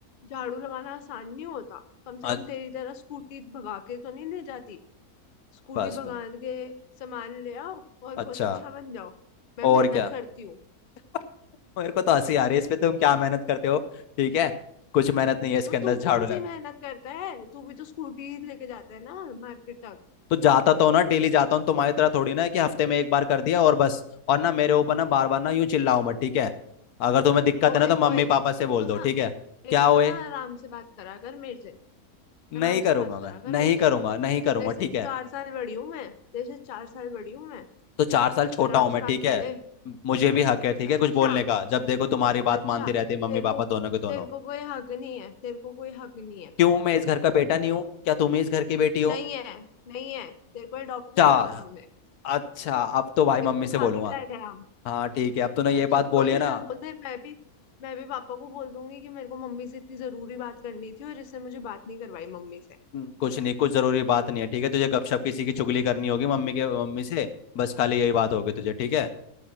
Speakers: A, on the left; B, on the left.
A: झाड़ू लगाना आसान नहीं होता कम से
B: अ-
A: कम तेरी तरह स्कूटी भगा के तो नहीं ले जाती स्कूटी
B: बस
A: भगा
B: बस
A: के सामान ले आओ और बहुत
B: अच्छा
A: अच्छा बन जाओ मैं
B: और
A: मेहनत
B: क्या
A: करती हूँ
B: <laughs> मेरे को तो हंसी
A: और
B: आ रही
A: क्या
B: है इस पे तुम क्या मेहनत करते हो ठीक है कुछ मेहनत नहीं है इसके
A: तो
B: अंदर
A: तू
B: झाड़ू
A: कौन सी
B: लगा
A: मेहनत करता है तू भी तो स्कूटी लेके जाता है ना मार्केट तक
B: तो जाता तो हूं ना डेली जाता हूँ तुम्हारी तरह थोड़ी ना है कि हफ्ते में एक बार कर दिया और बस और ना मेरे ऊपर ना बार बार ना यूं चिल्लाओ मत ठीक है अगर तुम्हें दिक्कत
A: ओए
B: है ना तो मम्मी
A: ओए
B: पापा से
A: एक
B: बोल
A: तो
B: दो
A: ना
B: ठीक है क्या
A: एक
B: हुए
A: तो ना आराम से बात करा कर मेरे से आराम
B: नहीं करूंगा
A: से बात करा
B: मैं
A: कर
B: नहीं
A: मेरे से
B: करूंगा नहीं करूंगा
A: तेरे से
B: ठीक है
A: चार साल बड़ी हूँ मैं तेरे से चार साल बड़ी हूँ मैं
B: तो चार साल छोटा
A: आराम
B: हूं मैं
A: से बात
B: ठीक
A: कर
B: है
A: ले
B: मुझे भी हक है ठीक है
A: अच्छा
B: कुछ बोलने का जब देखो तुम्हारी
A: अच्छा
B: बात मानते रहते हैं मम्मी
A: तेरे को
B: पापा दोनों के दोनों
A: तेरे को कोई हक नहीं है तेरे को कोई हक नहीं है
B: क्यों मैं इस घर का बेटा नहीं हूँ क्या तुम ही इस घर की बेटी हो
A: नहीं है नहीं है तेरे को अडॉप्ट
B: अच्छा
A: करा था हमने
B: अच्छा अब तो भाई
A: तेरे
B: मम्मी
A: को
B: से
A: उठा
B: बोलूंगा
A: के लाए थे हम
B: हाँ ठीक है अब तूने
A: अच्छा
B: ये बात
A: बोल
B: बोली
A: दे
B: है
A: जा
B: ना
A: बोल दे मैं भी मैं भी पापा को बोल दूंगी कि मेरे को मम्मी से इतनी जरूरी बात करनी थी और इसने मुझे बात नहीं करवाई मम्मी से
B: हम्म, कुछ नहीं कुछ जरूरी बात नहीं है ठीक है तुझे गपशप किसी की चुगली करनी होगी मम्मी के मम्मी से बस खाली यही बात होगी तुझे ठीक है